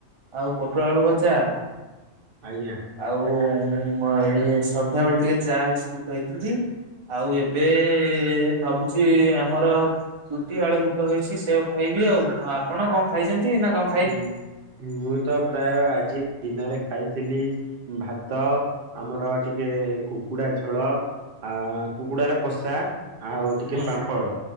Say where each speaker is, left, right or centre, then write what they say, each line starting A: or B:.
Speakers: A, on the right (about 30°); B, on the right (about 50°).
A: ଆଉ ପୋଟଳ ଆଳୁ ଭଜା।
B: ଆଜ୍ଞା।
A: ଆଉ ଏଇ ସନ୍ଧ୍ୟାବେଳେ ଟିକେ ଚା ବିସ୍କୁଟ ଖାଇି ଥିଲି। ଆଉ ଏବେ ଭାବୁଛି ଆମର। ର ରୁଟି ଆଳୁ ବୁଟ ହେଇଛି ସେଇଆକୁ ଖାଇବି ଆଉ ଆଉ ଆପଣ କଣ ଖାଇଛନ୍ତି ନା କଁ।
B: ହୁଁ ମୁଁ ତ ପ୍ରାୟ ଆଜି ଦିନରେ ଖାଇଥିଲି। ଭାତ ଆମର ଟିକେ କୁକୁଡ଼ା ଝୋଳ। ଆ କୁକୁଡାର କଷା ଆଉ ଟିକେ
A: ହୁଁ
B: ପାମ୍ପଡ